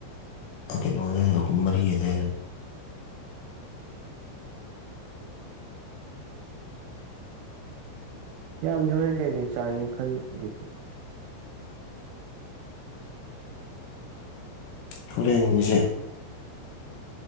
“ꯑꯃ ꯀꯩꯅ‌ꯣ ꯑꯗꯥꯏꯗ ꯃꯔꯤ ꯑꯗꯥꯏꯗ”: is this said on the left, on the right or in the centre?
Left